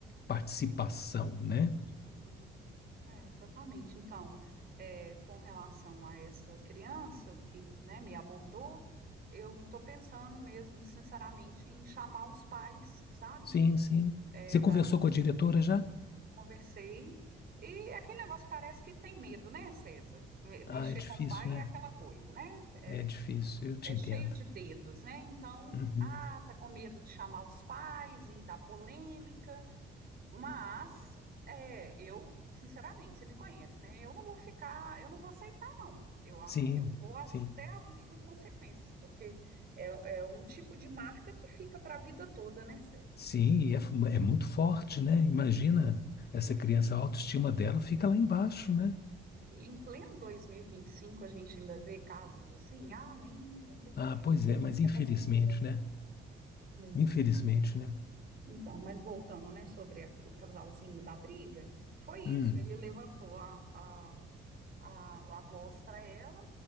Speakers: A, on the left (about 55°); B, on the right (about 50°).
A: participação, né?
B: Uhum. É, exatamente. Então, é, com relação a essa criança que, né, me abordou, eu estou pensando mesmo, sinceramente, em chamar os pais, sabe?
A: Sim, sim.
B: É,
A: Você
B: da,
A: conversou com a diretora já?
B: conversei e aquele negócio parece que tem medo, né, César? Me- Mexer
A: Ah, é difícil,
B: com o pai
A: né?
B: é aquela coisa, né? É,
A: É difícil, eu te
B: é
A: entendo.
B: cheio de dedos, né? Então,
A: Uhum.
B: ah, tá com medo de chamar os pais e dar polêmica. Mas é, eu, sinceramente, você me conhece, né? Eu não vou ficar, eu não vou aceitar, não. Eu acho
A: Sim,
B: que eu vou as-
A: sim.
B: até as últimas consequências, porque é, é um tipo de marca que fica para a vida toda, né, César?
A: Sim, e é, fu- é muito forte, né? Imagina, essa criança, a autoestima dela fica lá embaixo, né?
B: E em pleno 2025 a gente ainda vê casos assim, ah, nem, eu não tenho paciência,
A: Ah, pois é, mas
B: minha
A: infelizmente,
B: paciência é zero.
A: né?
B: É.
A: Infelizmente, né?
B: Então, mas voltando, né, sobre a- o casalzinho da briga, foi isso,
A: Hum,
B: ele levantou a, a, a, a voz para ela,